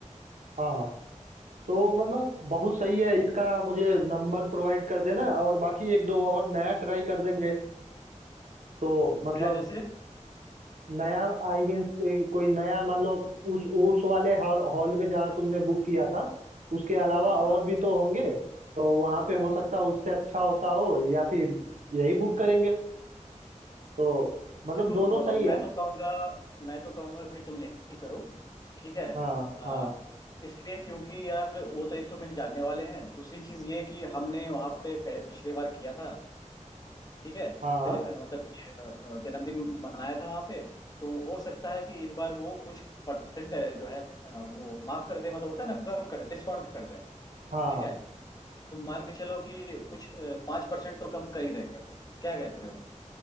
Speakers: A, on the right; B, on the left.
A: हाँ तो मतलब बहुत सही है इसका मुझे नंबर प्रोवाइड कर देना और बाकी एक दो और नया ट्राई कर देंगे तो मतलब
B: नया जैसे
A: नया आई मीन कोई नया मतलब उस उस वाले हॉल हॉल में जहाँ तुमने बुक किया था उसके अलावा
B: हाँ
A: और
B: हाँ
A: भी तो होंगे तो वहाँ पे हो सकता है उससे अच्छा होता हो या फिर यही बुक करेंगे तो मतलब
B: देखो
A: दोनों सही
B: अ, मैं
A: है
B: तो कहूँगा मैं तो कहूँगा कि तुम यही करो ठीक है
A: हाँ
B: अ,
A: हाँ
B: इसलिए क्योंकि यार वो तो एक तो मेरे जानने वाले हैं दूसरी चीज ये है कि हमने वहाँ पे पह- पिछले बार किया था ठीक है चले-
A: हाँ हाँ
B: अ, मतलब कि अ, अ, जन्मदिन मनाया था वहाँ पे तो हो सकता है कि इस बार वो कुछ परसेंट जो है अ, वो माफ कर दे मतलब होता है ना कम कर दे डिस्काउंट कर दे
A: हाँ,
B: ठीक है तुम मान के चलो कि कुछ पांच परसेंट तो कम कर ही देंगे वो क्या कहते हो